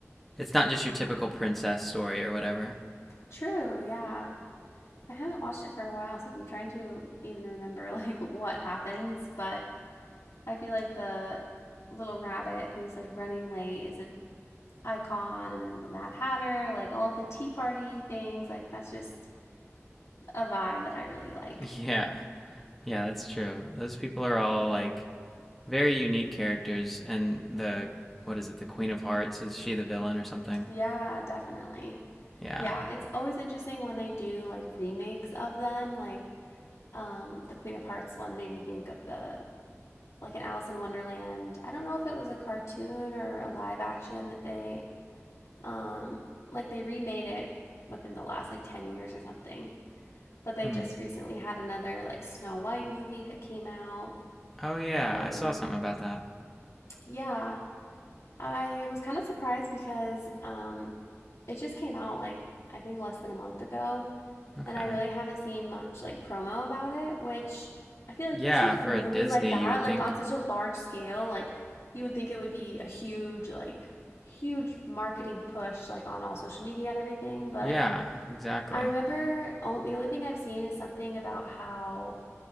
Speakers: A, in the centre; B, on the left.
A: it's not just your typical princess story or whatever.
B: True, yeah. I haven't watched it for a while, so I'm trying to even remember <laughs> like what happens, but I feel like the little rabbit who's like running late is an icon and then the Mad Hatter, like all of the tea party things, like that's just a vibe that I really like.
A: <laughs> Yeah. Yeah, that's true. Those people are all like very unique characters. And the what is it? The Queen of Hearts is she the villain or something?
B: Yeah, definitely.
A: Yeah.
B: Yeah, it's always interesting when they do like remakes of them, like um the Queen of Hearts one made me think of the like an Alice in Wonderland. I don't know if it was a cartoon or a live action that they um like they remade it within the last like 10 years or something. But they
A: Hmm.
B: just recently had another like Snow White movie that came out.
A: Oh yeah,
B: Um
A: I saw something about that.
B: yeah, I was kind of surprised because um it just came out like I think less than a month ago
A: Okay.
B: and I really haven't seen much like promo about it, which I feel like
A: Yeah,
B: usually for
A: for
B: movies
A: a Disney,
B: like that,
A: you would
B: like
A: think.
B: on such a large scale, like you would think it would be a huge like huge marketing push like on all social media and everything, but
A: Yeah, exactly.
B: I remember only, the only thing I've seen is something about how